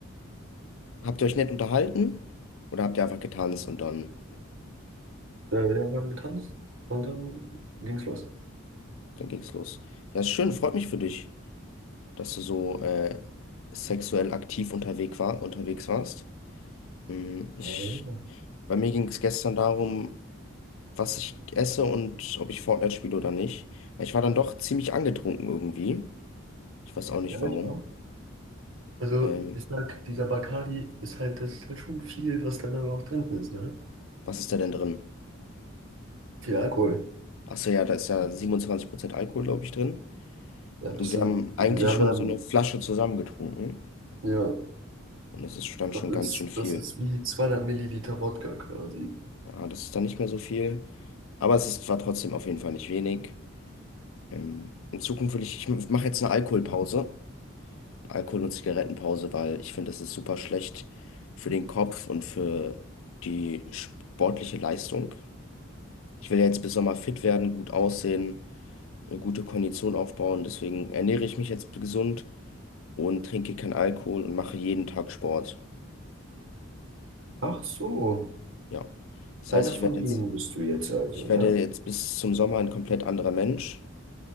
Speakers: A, on the left; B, on the right.
A: habt ihr euch nett unterhalten oder habt ihr einfach getanzt und dann,
B: Äh, ja, wir haben getanzt und dann ging's los.
A: dann ging's los? Ja, ist schön, freut mich für dich, dass du so äh, sexuell aktiv unterwegs war, unterwegs warst. Hm, Ich,
B: Ja, ja,
A: bei mir ging es gestern darum, was ich esse und ob ich Fortnite spiele oder nicht. Weil Ich war dann doch ziemlich angetrunken irgendwie. Ich weiß auch nicht
B: Ja,
A: warum.
B: ich auch. Also,
A: Ähm,
B: ich sag, dieser Bacardi ist halt, das ist halt schon viel, was da dann auch drin ist, ne?
A: was ist da denn drin?
B: Viel Alkohol.
A: Achso, ja, da ist ja 27% Alkohol, glaube ich, drin.
B: Ja, das
A: Und wir
B: sind,
A: haben
B: das
A: eigentlich
B: sind, wir haben
A: schon
B: dann,
A: so eine Flasche zusammengetrunken.
B: ja,
A: Und es ist dann schon
B: das ist,
A: ganz schön viel.
B: das ist wie 200 Milliliter Wodka quasi.
A: Ja, das ist dann nicht mehr so viel. Aber es ist, war trotzdem auf jeden Fall nicht wenig. Ähm, in Zukunft will ich, ich mache jetzt eine Alkoholpause. Alkohol- und Zigarettenpause, weil ich finde, das ist super schlecht für den Kopf und für die sportliche Leistung. Ich will ja jetzt bis Sommer fit werden, gut aussehen, eine gute Kondition aufbauen. Deswegen ernähre ich mich jetzt gesund und trinke keinen Alkohol und mache jeden Tag Sport.
B: Ach so,
A: Ja. Das
B: einer
A: heißt, ich
B: von
A: werde
B: denen
A: jetzt,
B: bist du jetzt also,
A: ich werde
B: ja?
A: jetzt bis zum Sommer ein komplett anderer Mensch.